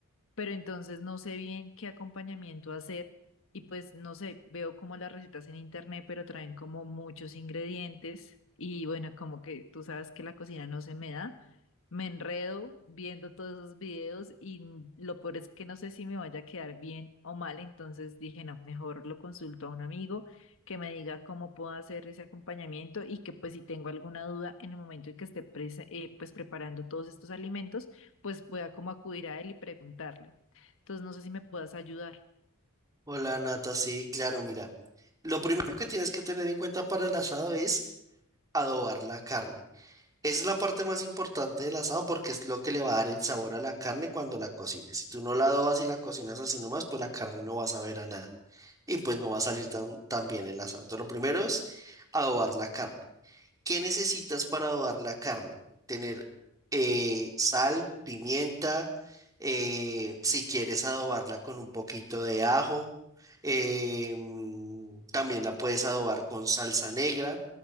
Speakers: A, on the left; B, on the right.
A: pero entonces no sé bien qué acompañamiento hacer y pues no sé, veo como las recetas en internet, pero traen como muchos ingredientes y bueno, como que tú sabes que la cocina no se me da, me enredo viendo todos esos videos y lo peor es que no sé si me vaya a quedar bien o mal, entonces dije, no, mejor lo consulto a un amigo que me diga cómo puedo hacer ese acompañamiento y que pues si tengo alguna duda en el momento en que esté prese- eh, pues preparando todos estos alimentos, pues pueda como acudir a él y preguntarle. Entonces, no sé si me puedas ayudar.
B: Hola Nata, sí, claro, mira. Lo primero que tienes que tener en cuenta para el asado es adobar la carne. Esa es la parte más importante del asado porque es lo que le va a dar el sabor a la carne cuando la cocines. Si tú no la adobas y la cocinas así nomás, pues la carne no va a saber a nada y pues no va a salir tan, tan bien el asado. Entonces, lo primero es adobar la carne. ¿Qué necesitas para adobar la carne? Tener eh, sal, pimienta, eh, si quieres adobarla con un poquito de ajo, eh, mm, también la puedes adobar con salsa negra